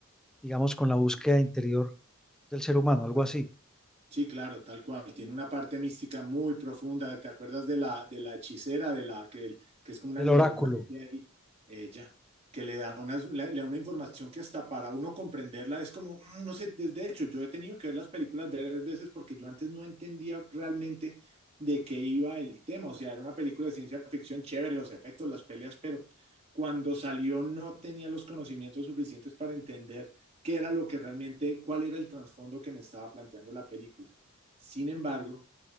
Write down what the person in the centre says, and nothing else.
digamos, con la búsqueda interior del ser humano, algo
así,
el
oráculo.